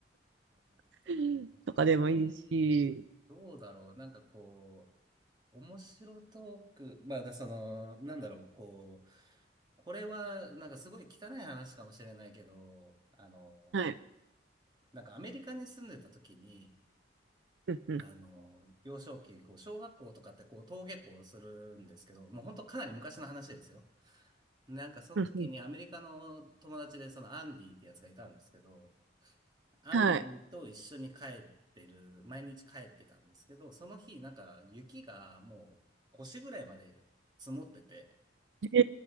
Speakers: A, on the right (about 25°); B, on the right (about 80°).
A: あとね、
B: <laughs>
A: うち、
B: とかでもいいし、
A: どうだろう。なんかこう、面白トーク。まあ、だその、なんだろう。こう、これは、なんかすごい汚い話かもしれないけど、あの、
B: はい。
A: なんかアメリカに住んでた時に、
B: うんうん。
A: あの、幼少期、こう、小学校とかってこう、登下校するんですけど、もう本当かなり昔の話ですよ。なんかその時にアメリカの友達でそのアンディってやつがいたんですけど、
B: うんうん。
A: アンディと一緒に帰ってる、
B: はい。
A: 毎日帰ってたんですけど、その日なんか雪がもう腰ぐらいまで積もってて、
B: へ